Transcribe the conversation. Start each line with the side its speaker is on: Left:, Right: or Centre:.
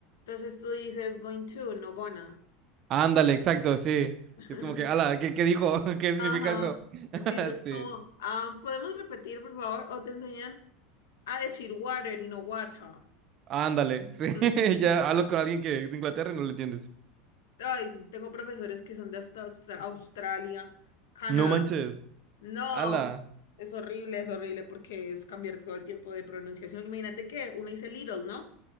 Left: Entonces tú dices going to, no gonna.
Right: Ándale, exacto, sí.
Left: <laughs>
Right: Es como que, ala, ¿qué, qué dijo? <laughs> ¿Qué significa
Left: Ajá.
Right: eso? <laughs>
Left: Sí, es
Right: Sí.
Left: como, ah, ¿podemos repetir, por favor? O te enseñan a decir water y no water.
Right: Ándale, sí. <laughs>
Left: Entonces,
Right: Ya hablas con alguien que es de Inglaterra y no lo entiendes.
Left: ay, tengo profesores que son de hasta Aus- Australia, Canadá.
Right: No manches.
Left: No,
Right: Ala.
Left: es horrible, es horrible porque es cambiar todo el tiempo de pronunciación. Imagínate que uno dice little, ¿no?